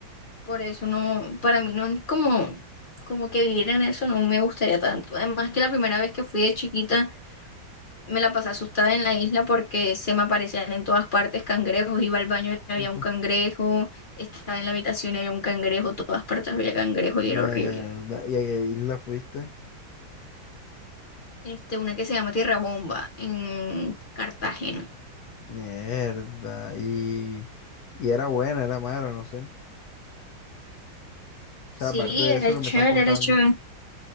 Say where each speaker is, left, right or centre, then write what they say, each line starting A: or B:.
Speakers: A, on the left (about 40°); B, on the left (about 70°).
A: por eso no, para mí no es como, como que vivir en eso no me gustaría tanto. Además que la primera vez que fui de chiquita me la pasé asustada en la isla porque se me aparecían en todas partes cangrejos, iba al baño y había
B: <laughs>
A: un cangrejo, estaba en la habitación y había un cangrejo, todas partes había cangrejo
B: Mierda,
A: y era horrible.
B: ¿y a qué isla fuiste?
A: Este, una que se llama Tierra Bomba en Cartagena.
B: Mierda, y, y era buena, era mala, no sé. O
A: Sí,
B: sea, aparte de
A: era
B: eso que
A: chévere,
B: me estás contando.
A: era chévere.